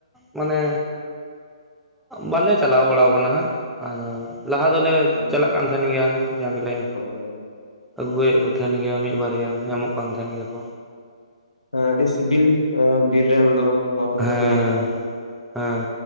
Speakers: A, in the centre; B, on the left.
A: ᱢᱟᱱᱮ ᱵᱟᱞᱮ ᱪᱟᱞᱟᱣ ᱵᱟᱲᱟ ᱠᱟᱱᱟ ᱦᱟᱸᱜ ᱟᱫᱚ ᱞᱟᱦᱟ ᱫᱚᱞᱮ
B: ᱦᱳᱭ
A: ᱪᱟᱞᱟᱜ ᱠᱟᱱ ᱛᱟᱦᱮᱱ ᱜᱮᱭᱟ ᱡᱟ ᱜᱮᱞᱮ
B: ᱦᱳᱭ ᱦᱳᱭ
A: ᱟᱹᱜᱩᱭᱮᱫ ᱠᱩ ᱛᱟᱦᱮᱱ ᱜᱮᱭᱟ ᱢᱤᱫ ᱵᱟᱨᱭᱟ ᱧᱟᱢᱚᱜ ᱠᱟᱱ ᱛᱟᱦᱮᱱ ᱜᱮᱭᱟ ᱠᱚ
B: ᱦᱮᱸ ᱟᱹᱰᱤ ᱥᱤᱵᱤᱞ ᱵᱤᱨ ᱨᱮᱱ ᱫᱚ ᱚᱛ ᱩᱴᱟᱹᱠᱩ
A: ᱦᱮᱸ
B: ᱡᱟᱦᱟᱸ ᱠᱚ
A: ᱦᱮᱸ